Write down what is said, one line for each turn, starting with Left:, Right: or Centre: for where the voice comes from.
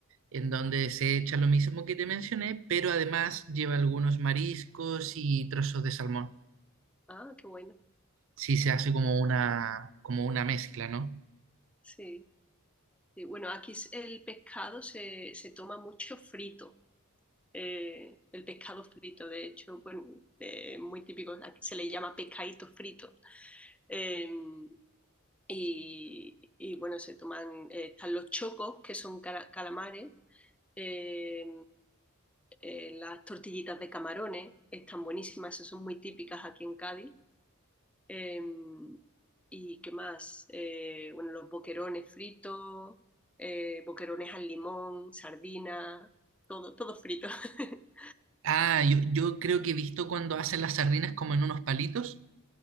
Right: en donde se echa lo mismo que te mencioné, pero además lleva algunos mariscos y trozos de salmón.
Centre: Ah, qué bueno.
Right: Sí, se hace como una, como una mezcla, ¿no?
Centre: Sí. Sí, Bueno, aquí s- el pescado se, se toma mucho frito. eh, el pescado frito, de hecho, bueno, eh, muy típico. Aquí se le llama pescadito frito. Em, Y, y bueno, se toman, eh, están los chocos, que son cara- calamares, eh, eh, las tortillitas de camarones, están buenísimas, esas son muy típicas aquí en Cádiz. Eh, ¿y qué más? Eh, bueno, los boquerones fritos, eh, boquerones al limón, sardinas, todo, todo frito. <laughs>
Right: Ah, yo, yo creo que he visto cuando hacen las sardinas como en unos palitos.